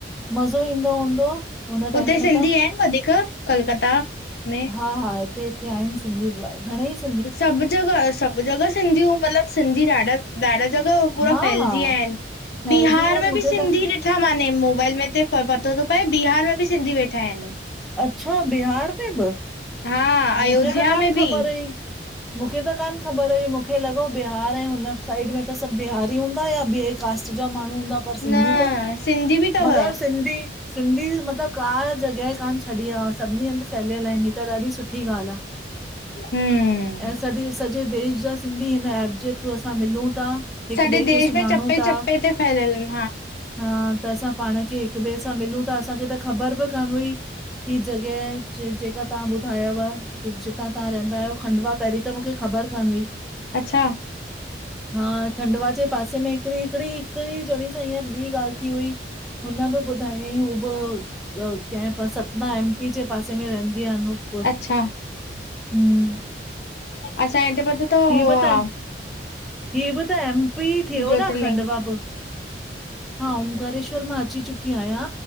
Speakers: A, in the centre; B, on the left (about 65°).
A: मज़ो ईंदो हूंदव? हुन
B: हुते
A: टाइम में
B: सिंधी
A: त,
B: आहिनि वधीक कलकत्ता में
A: हा हा इते हिते आहिन सिंधी, घणेईं सिं
B: सभ जॻह, सभ जॻह, सिंधयूं मतलब सिंधी ॾाढा, ॾाढा जॻह पूरा
A: हा
B: फ़ैल्जी
A: हा
B: व्या एन,
A: फैलिजी
B: बिहार
A: विया आहिनि
B: में
A: मूंखे
B: बि सिंधी
A: त
B: डिठा माने मोबाइल में त पतो तो पए, बिहार में बि सिंधी वेठा आहिनि
A: अच्छा बिहार में ब
B: हा अयोध्या
A: मुखें त कान
B: में बि
A: ख़बर हुई, मूखें त कान ख़बर हुई मुखें लॻो बिहार ऐं हुन साइड में त सब बिहारी हूंदा, या ॿिए कास्ट जा माण्हू हूंदा पर सिंधी
B: न
A: त,
B: सिंधी बि अथव
A: मगर सिंधी सिंधी मतलबु का जगह कान छॾी आ, सभिनी हंद फैलियल आहिनि, हिय त ॾाढी सुठी ॻाल्हि आह
B: हम्म
A: ऐं सड सॼे देश जा सिंधी हिन एप जे थ्रू असां मिलूं ता हिक
B: सॼे
A: बे खे
B: देश
A: सुञाणूं
B: में चपे
A: था,
B: चपे ते फैलियल आहिनि
A: हा त असां पाण खे हिक ॿे सां मिलूं ता असांखे त ख़बर बि कान हुई, ही जॻेह जेका तव्हां बुधायव पर जितां तव्हां रहंदा आहयो खंडवा पेहरीं त मूंखे ख़बर कान हुई
B: अच्छा
A: हा खंडवा जे पासे में हिकड़ी- हिकिड़ी, हिकड़ी जणी सां हिंयं ॿी ॻाल् थी हुई। हुन बि ॿुधायो हुअईं हू ब् त कें सतना एम पी जे पासे में रहंदी आ अनूप पुर
B: अच्छा
A: ह्म
B: असाएं इते पतो तव हो
A: बि
B: आ
A: त ही बि त एम पी थ्यो
B: ज्योतिर्लिंग
A: न खंडवा ब् हा ओंकारेश्वर मां अची चुक की आहियां